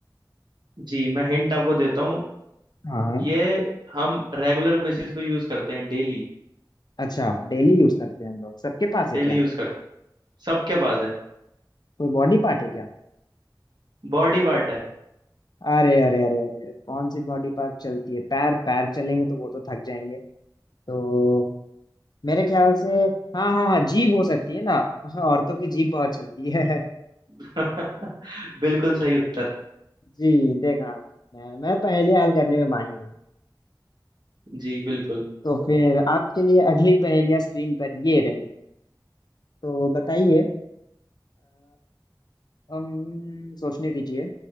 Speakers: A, on the right (about 65°); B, on the left (about 60°).
A: जी मैं हिंट आपको देता हूँ
B: हाँ हाँ।
A: ये हम रेगुलर बेसिस पे यूज करते हैं डेली
B: अच्छा डेली यूज करते हैं हम लोग सबके पास है
A: डेली
B: क्या
A: यूज करते हैं सबके पास है
B: कोई बॉडी पार्ट है क्या
A: बॉडी पार्ट है
B: अरे अरे अरे अरे कौन सी बॉडी पार्ट चलती है पैर पैर चलेंगे तो वो तो थक जाएंगे तो मेरे ख्याल से हाँ हाँ हाँ जीभ हो सकती है ना हाँ, औरतों की जीभ बहुत चलती है <laughs>
A: <laughs> बिल्कुल सही उत्तर
B: जी देखा मैं मैं पहेली हल करने में माहिर हूँ
A: जी बिल्कुल
B: तो फिर आपके लिए अगली पहेलियां स्क्रीन पर ये रही तो बताइए अ, अम, सोचने दीजिए